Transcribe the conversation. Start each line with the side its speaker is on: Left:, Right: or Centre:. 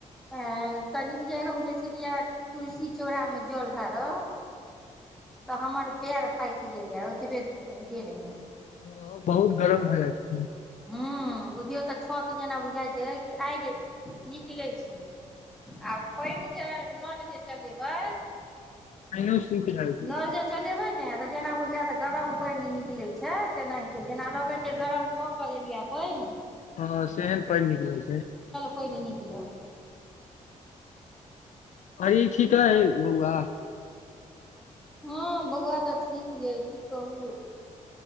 Centre: ऐं कनिक जे हम गेल छलियै या तुलसी चौड़ामे जल ढारह तऽ हमर पैर पाकि गेलै ओतबे देर मे
Left: ओ बहुत गरम भऽ जाइ छै
Centre: हूँ बुझियौ तऽ छत जेना बुझाय छै ई आइग निकलै छै आब पइन जे नल जे चलेबै
Left: पानियो सुखि जाइ छै
Centre: नल जे चलेबै ने तऽ जेना बुझात गरम पइन नि- हिलै छै तेनाहिंते जेना लगै छै गरम क ले लिया पानि
Left: हँ सेहन पानि नीक लगतै
Centre: कोइ नहि निकलत
Left: आ ई ठीक
Centre: की
Left: अए
Centre: कहू
Left: बौआ
Centre: हँ बौआ तऽ ठीक यैए की कहू